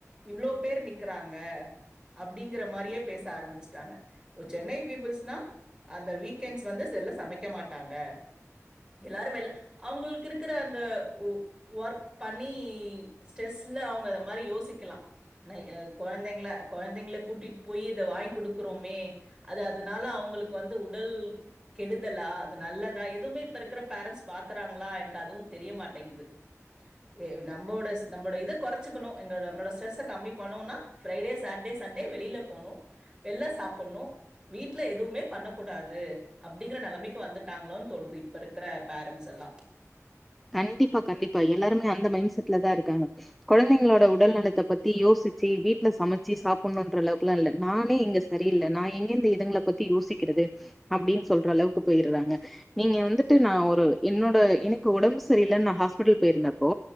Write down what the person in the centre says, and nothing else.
கண்டிப்பா கண்டிப்பா எல்லாருமே அந்த மைண்ட் செட்ல தா இருக்காங்க கொழந்தைங்களோட உடல் நலத்த பத்தி யோசிச்சு வீட்ல சமச்சு சாப்பிடணுன்ற அளவுக்குல்லாம் இல்ல நானே இங்க சரியில்ல நா எங்கேந்து இதுங்கள பத்தி யோசிக்கிறது அப்பன்னு சொல் அளவுக்கு போயிருறாங்க நீங்க வந்துட்டு நா ஒரு என்னோட எனக்கு உடம்பு சரியில்ல நா ஹாஸ்பிட்டல் போயிருந்தப்போ